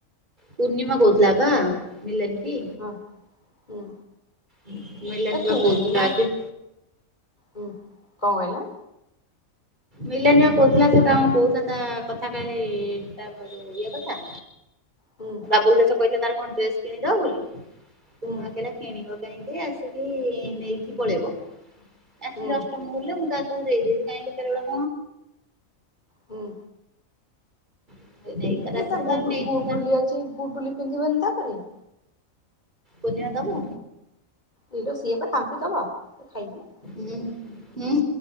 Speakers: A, on the right; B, on the left.
A: ପୂର୍ଣ୍ଣିମା କହୁଥଲା ପା। ମିଲନି କି
B: ହଁ ହୁଁ।
A: ମିିଲନାନୀ
B: ଏ କୁନିମା
A: ବା କହୁଥିଲା ଆଗେ।
B: ହୁଁ କଣ କହିଲ?
A: ମିଲାନିପା କହୁଥିଲା ସେ ତାଙ୍କ କହୁଥିଲା ତା କଥା କାଳେ ତା ଇଏ କଥା।
B: ହୁଁ।
A: ବୁଲ ଦାସ କହିଥିଲା ତାର କଣ ଡ୍ରେସ୍ କିଣିଦବ ବୋଲି ସେ
B: ହୁଁ
A: ନୂଆ କହିଲା କିଣିବ କାହିଁକି ଆସିକି ନେଇକି ପଳେଇବ ଆସିଲି
B: ହୁଁ
A: ଅଷ୍ଟ ମଙ୍ଗୁଳିରେ ମୁଁ ତା ଦେଇଦେବି କହଇଁ ଦି ଚାରି ହଳ।
B: ହୁଁ।
A: ହବ ନେଇକି ତାର
B: କି
A: ଆସିଲେ
B: ତା ଗୁ
A: ତାର ନେଇଯିବ
B: ଗୁଡୁଲି
A: ତାର
B: ଅଛି ଗୁଡୁଲି ପିନ୍ଧିବନି ତାପରେ?
A: ପୁନିଅ ଦବୁ?
B: କିଲୋ ସିଏ ପା କାମ୍ପି ଦବ ସେ ଖାଇଜୀବ।
A: ହୁଁ ହୁଁ।